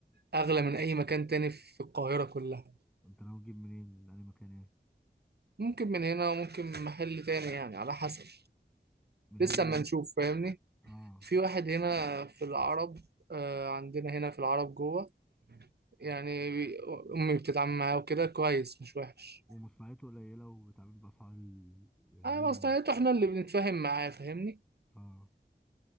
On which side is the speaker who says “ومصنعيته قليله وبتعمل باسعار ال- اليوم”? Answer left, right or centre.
Centre